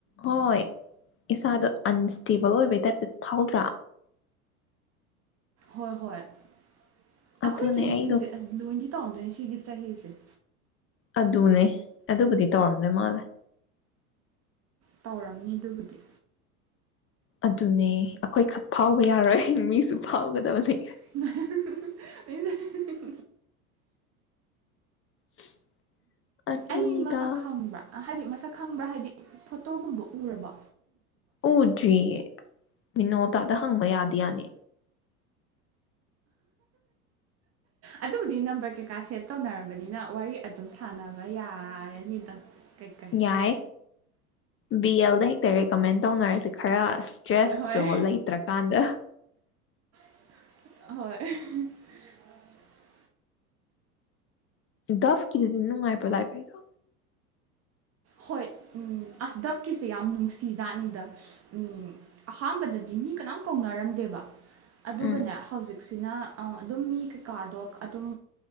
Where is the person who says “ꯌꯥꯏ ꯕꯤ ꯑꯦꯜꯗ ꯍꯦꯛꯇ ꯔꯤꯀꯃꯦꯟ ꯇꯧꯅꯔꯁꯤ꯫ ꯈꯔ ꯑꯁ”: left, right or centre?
Left